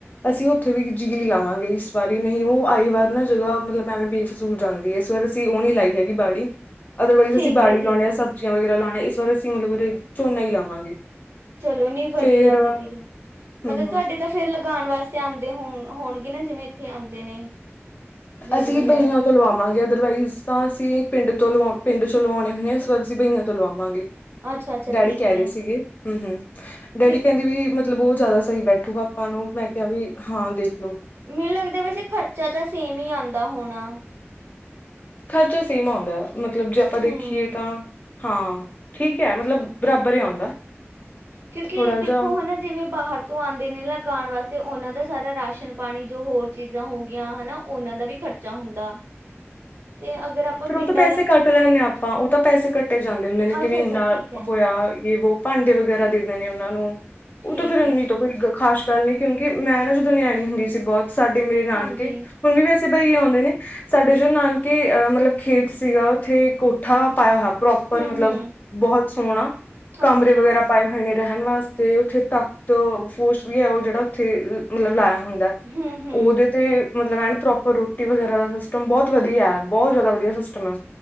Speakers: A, on the left; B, on the right.
A: ਅਸੀਂ ਓ <unintelligible> ਜੀਰੀ ਲਾਵਾਂਗੇ ਇਸ ਵਾਰੀ ਨਹੀਂ ਓਹ ਆਈ ਵਾਰ ਨਾ ਜਗ੍ਹਾ ਮਤਲਬ ਐਵੇਂ ਬੇਫਸੂਲ ਜਾਂਦੀ ਏ, ਇਸ ਵਾਰ ਅਸੀਂ ਓਹ ਨੀ ਲਾਈ ਹੈਗੀ ਬਾੜੀ। ਅਦਰਵਾਈਜ਼
B: ਠੀਕ
A: ਅਸੀਂ ਬਾੜੀ
B: ਹੈ ਠੀਕ
A: ਲਾਣੇ ਆ,
B: ਹੈ
A: ਸਬਜ਼ੀਆਂ ਵਗੈਰਾ ਲੋਣ ਇਸ ਵਾਰ ਅਸੀਂ ਮਤਲਬ ਉਰੇ ਝੋਨਾ ਈ ਲਾਵਾਂਗੇ।
B: ਚਲੋ ਨੀ ਵਧੀਆ
A: ਫੇਰ
B: ਵਧੀਆ
A: ਹਮ
B: ਮਤਲਬ
A: ਹਮ
B: ਤੁਹਾਡੇ ਤਾਂ ਫੇਰ ਲ ਗਾਣ ਵਾਸਤੇ ਆਂਦੇ ਹੋਣ ਹੋਣਗੇ ਨਾ ਜਿਵੇਂ ਇੱਥੇ ਆਂਦੇ ਨੇ। ਜੀਰੀ
A: ਅਸੀਂ
B: ਵਗੈਰਾ
A: ਬਹੀਆਂ ਤੋਂ ਲਵਾਵਾਂਗੇ ਅਦਰਵਾਈਜ਼ ਤਾਂ ਅਸੀਂ ਪਿੰਡ ਤੋਂ ਲਵਾ ਪਿੰਡ ਚ ਲਵਾਉਣੇ ਹੁਣੇ ਪਰ, ਅਸੀਂ ਬਹੀਆਂ ਤੋਂ ਲਵਾਵਾਂਗੇ।
B: ਅੱਛਾ ਅੱਛਾ
A: ਡੈਡੀ
B: ਠੀਕ
A: ਕੈ ਰੇ
B: ਹੈ
A: ਸੀਗੇ। ਹੂੰ ਹੂੰ, ਡੈਡੀ
B: ਨੀ
A: ਕਹਿੰਦੇ ਵੀ ਮਤਲ ਮਤਲਬ ਉਹ ਜਿਆਦਾ ਸਹੀ ਬੈਠੂਗਾ ਆਪਾਂ ਨੂੰ। ਮੈਂ ਕਿਹਾ ਵੀ ਹਾਂ ਦੇਖ
B: ਮੈਨੂੰ ਲੱਗਦਾ ਵੈਸੇ ਖਰਚਾ ਤਾਂ ਸੇਮ ਮੀ ਆਂਦਾ ਹੋਣਾ।
A: ਖ਼ਰਚਾ ਸੇਮ ਆਉਂਦਾ। ਮਤਲਬ ਜੇ ਆਪਾਂ ਦੇਖੀਏ
B: ਹਮ
A: ਤਾਂ ਹਾਂ ਠੀਕ ਹੈ, ਮਤਲਬ ਬਰਾਬਰ ਏ ਆਉਂਦਾ
B: ਕਿਉਂਕਿ
A: ਥੋੜਾ
B: ਦੇਖੋ
A: ਜਿਹਾ
B: ਹਨਾ ਜਿਵੇਂ ਬਾਹਰ ਤੋਂ ਆਂਦੇ ਨੇ ਲਗਾਣ ਵਾਸ ਤੇ ਔਨਾਂ ਦਾ ਸਾਰਾ ਰਾਸ਼ਨ ਪਾਣੀ ਜੋ ਹੋਰ ਚੀਜ਼ਾਂ ਹੋ ਗਿਆਂ ਹਨਾ ਔਨਾਂ ਦਾ ਵੀ ਖ਼ਰਚਾ ਹੁੰਦਾ। ਤੇ ਅਗਰ ਆਪਾਂ
A: ਫੇਰ
B: ਪਿੰਡ
A: ਉਹ ਤਾਂ ਪੈਸੇ
B: ਵਾਲਿਆਂ
A: ਕੱਟ ਲੈਂਣੇ ਆ ਆਪਾਂ, ਉਹ ਤਾਂ ਪੈਸੇ ਕੱਟੇ ਜਾਂਦੇ ਹੁੰਣੇ ਨੇ ਕਿ
B: ਅੱਛਾ
A: ਵੀ ਇੰਨਾ
B: ਅੱਛਾ ਠੀਕ ਹੈ
A: ਹੋਆ, ਜੇ ਵੋ ਭਾਂਡੇ ਵਗੈਰਾ ਦੇ ਦੇਨੇ ਔਨਾਂ ਨੂੰ
B: ਠੀਕ
A: ਔ ਤਾਂ ਫਿਰ ਇੰਨੀ
B: ਹੈ ਠੀਕ
A: ਤੋ ਫਿਰ
B: ਹੈ
A: ਗ ਖ਼ਾਸ ਗੱਲ ਨੀ। ਕਿਉਂਕਿ ਮੈਂ ਨਾ ਜਦੋਂ ਨਿਆਣੀ ਹੁੰਦੀ ਸੀ ਬੋਤ ਤੁਆਡੇ ਮੇਰੇ ਨਾਨਕੇ
B: ਹਾਂਜੀ
A: ਹੁਣ ਵੀ ਵੈ ਤੇ ਬਈ ਏ ਹੋਨੇ ਨੇ ਸਾਡੇ ਜੋ ਨਾਨਕੇ ਅ ਮਤਲਬ ਖੇਤ ਸੀਗਾ ਉੱਥੇ ਕੋਠਾ ਪਾਇਆ ਹੋਇ ਪ੍ਰੋਪਰ
B: ਹੂੰ
A: ਮਤਲਬ
B: ਹੂੰ
A: ਬੋਹੋਤ ਸੋਹਣਾ
B: ਹਾਂਜੀ
A: ਕਮਰੇ ਵਗੈਰਾ ਪਾਏ ਹੋਏ ਨੇ ਰਹਿਣ ਵਾਸਤੇ ਔਥੇ ਤਖਤ ਫੋਸ ਵੀ ਹੈ ਔ ਜੇੜਾ ਔਥੇ ਮਤਲਬ ਲੈਅ ਹੁੰਦੈ
B: ਹੂੰ ਹੂੰ
A: ਔ ਔਦੇ ਤੇ ਮਤਲਬ ਐਨ ਪ੍ਰੋਪਰ ਰੋਟੀ ਵਗੈਰਾ ਦਾ ਸਿਸਟਮ ਬੋਤ ਵਧੀਆ ਐ, ਬੋਤ ਜ਼ਿਆਦਾ ਵਧੀਆ ਸਿਸਟਮ ਆ।